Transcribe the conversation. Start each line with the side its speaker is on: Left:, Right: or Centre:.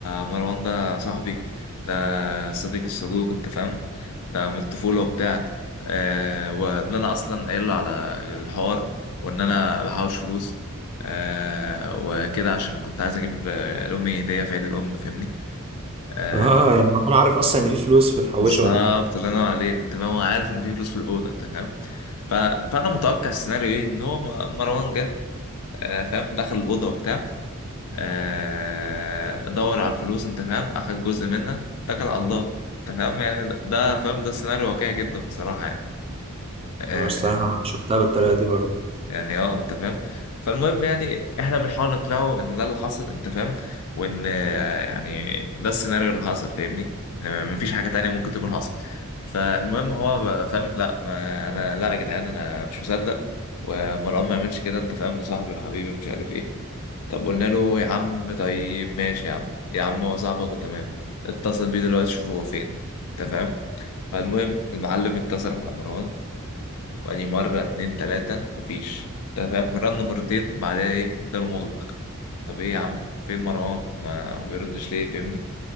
Left: مروان ده صاحبي ده صديق الصدوق انت فاهم ده من الطفوله وبتاع آه وان انا اصلا قايل له على الحوار وان انا بحوش فلوس آه وكده عشان كنت عايز اجيب آه، لامي هديه في عيد الام فاهمني آه،
Right: اه يعني انا عارف اصلا ان في فلوس متحوشه
Left: بالظبط
Right: وان في حاجه
Left: الله ينور عليك انت فاهم هو عارف ان في فلوس في الاوضه انت فاهم ف... فانا متوقع السيناريو ايه ان هو م- مروان جه آه، فاهم دخل الاوضه وبتاع آه، دور على الفلوس انت فاهم اخد جزء منها اتكل على الله انت فاهم يعني ده ده- فاهم ده سيناريو واقعي جدا بصراحه يعني آه،
Right: انا الصراحه شفتها بالطريقه دي برضو
Left: يعني اه انت فاهم فالمهم يعني احنا بنحاول نقنعه ان ده اللي حصل انت فاهم وان آه، يعني ده السيناريو اللي حصل فاهمني ان مفيش حاجة تانية ممكن تكون حصلت فالمهم هو بقى فاهم لا ما انا لا يا جدعان انا مش مصدق ومروان ما يعملش كده انت فاهم ده صاحبي وحبيبي ومش عارف ايه طب قلنا له يا عم طيب ماشي يا عم يا عم هو صاحبك وتمام اتصل بيه دلوقتي شوف هو فين انت فاهم فالمهم المعلم اتصل على مروان بعدين مرة اتنين تلاتة مفيش انت فاهم رن مرتين بعدها ايه الدار مغلق طب ايه يا عم فين مروان ما ما بيردش ليه فاهمني